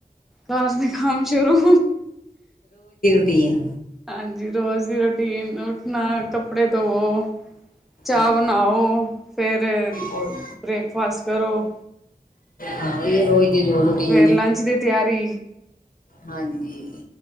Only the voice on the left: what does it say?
ਤਿਨ
ਹਾਂ
ਉਹ
ਹਾਂ ਇਹ ਰੋਜ਼ ਦੀ ਜੋ ਰੂਟੀਨ
ਹੈ
ਹਾਂਜੀ,